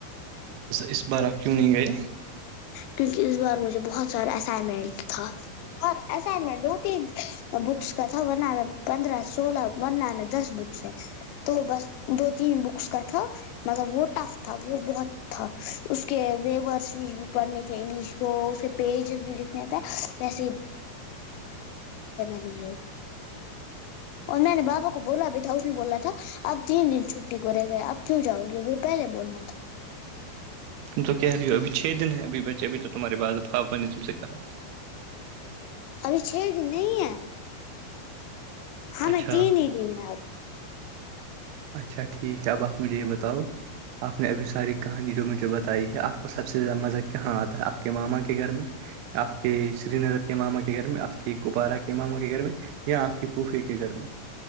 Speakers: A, on the right; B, on the left.
A: اس بارآ آف کیوں نہیں گئےے
B: کیونکہ اس بار مجھے بہت سارا اسائنمنٹ تھا اور ایسا دو تین بکس کا تھا ورنہ پندرہ سولہ ورنہ میں دس بکس ہے تو بس دو تین بکس کا تھا مگر وہ ٹف تھا وہ بہت تھا اس کے وورڈس بھی پڑھنے تھے انگلش کو اس کے پیجز بھی لکھنے تھےسے نہیں گئی اور میں نے بابا کو بولا بھی تھا اس نے بولا تھا اب تین دن چھٹی کو رہے گیا اب کیوں جاؤ گے وہ پہلے بولنا تھا
A: تو کہہ رہی ہو ابھی چھ دن ہے ابھی بچے ابھی تو تمہارے بعضفاپا نے تم سے کہا
B: ابھی چھ دن نہیں ہے ہ
A: اچھا
B: میں تین دین آپ
A: اچھا ٹھیک ہے اب آپ مجھے یہ بتاؤ آپ نے ابھی ساری کہانی جو مجھے بتائی ہے آپ کو سب سے زیادہ مزہ کہاں آتا ہے آپ کے ماما کے گھر میں آپ کے سری نگر کے ماما کے گھر میں آپ کے کوپوارا کے ماما کے گھر میں یا آپ کے پوفے کے گھر میں